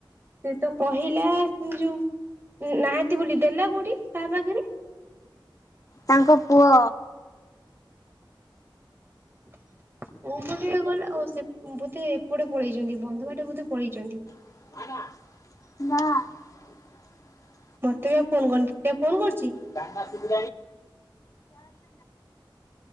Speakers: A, on the right; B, on the left.
A: ସେ ତ କହିଲା ଯୋଉ ନାହାନ୍ତି ବୋଲି ଦେଲା କୋଉଠି କାହା ପାଖରେ?
B: ତାଙ୍କ ପୁଅ,
A: <inaudible> କୋଉ ପଟିଏ ଗଲା ଓ ସେ ବୋଧେ ଏପଟେ ପଳେଇଛନ୍ତି ବନ୍ଧ ବାଟେ ବୋଧେ ପଳେଇଚନ୍ତି ।
B: <unintelligible>
A: ମତେ ବି ଆଉ ଫୋନ କରିନି ତତେ ଆଉଫୋନ କରି
B: <unintelligible> ଚା । <unintelligible>